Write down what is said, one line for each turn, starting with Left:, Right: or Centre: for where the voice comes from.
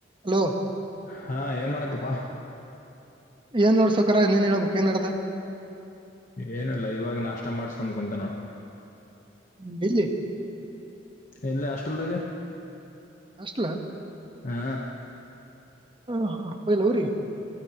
Right: Hello
Left: ಹಾ ಏನ್ ಮಾಡತಿಪ್ಪಾ
Right: ಏನ್ ನೋಡ್ಸಕರ ಇ ನೀನ್ ಹೇಳ ಬುಕ್ ಏನ್ ನಡದ
Left: ಏನು ಲ ಇವಾಗ ನಾಷ್ಟ ಮಾಡಿ ಸುಮ್ ಕುಂತೀನಿ ನೋಡ
Right: ಹ್ಮ್, ಇಲ್ಲಿ
Left: ಎಲ್ಲಿ ಹಾಸ್ಟೆಲ್ದಾಗ
Right: ಹಾಸ್ಟಲ
Left: ಹಾ
Right: ಹ ಹಾ ವರಿ